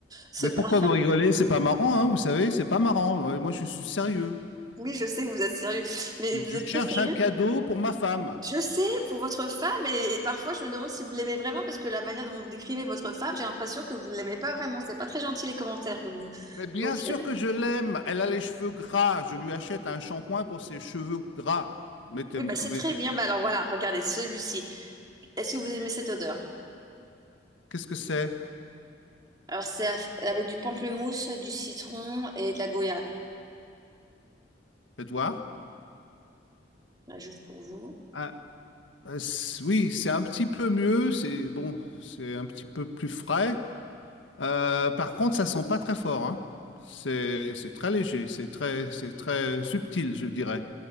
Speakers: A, on the right; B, on the left.
A: ce
B: Mais
A: parfum.
B: pourquoi vous rigolez? C'est pas marrant, hein, vous savez. C'est pas marrant. Euh, Moi, je suis sérieux.
A: Oui, je sais que vous êtes sérieux, mais vous
B: Je
A: êtes
B: cherche
A: très sérieux.
B: un cadeau pour ma femme.
A: Je sais, pour votre femme, et, et parfois je me demande si vous l'aimez vraiment, parce que la manière dont vous décrivez votre femme, j'ai l'impression que vous ne l'aimez pas vraiment. C'est pas très gentil les commentaires que vous, que
B: Mais bien
A: vous faites.
B: sûr que je l'aime. Elle a les cheveux gras. Je lui achète un shampoing pour ses cheveux gras. Mettez,
A: Oui,
B: mettez-
A: bah c'est très bien. Bah alors voilà, regardez celui-ci. Est-ce que vous aimez cette odeur?
B: Qu'est-ce que c'est?
A: Alors c'est af- avec du pamplemousse, du citron et de la goyave.
B: Faites voir.
A: Bah, j'ouvre pour vous.
B: Ah, euh, c- oui, c'est un petit peu mieux. C'est bon, c'est un petit peu plus frais. Euh, par contre, ça sent pas très fort, hein. C'est c'est très léger. C'est très c'est très subtil, je dirais.